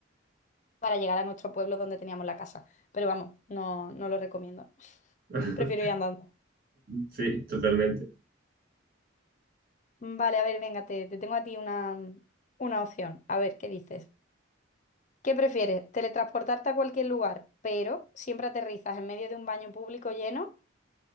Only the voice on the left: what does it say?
para llegar a nuestro pueblo donde teníamos la casa. Pero vamos, no, no lo recomiendo. <laughs>
Prefiero ir andando.
Mm, Vale, a ver, venga, te, te tengo a ti una, una opción. A ver, ¿qué dices? ¿Qué prefieres? ¿Teletransportarte a cualquier lugar, pero siempre aterrizas en medio de un baño público lleno?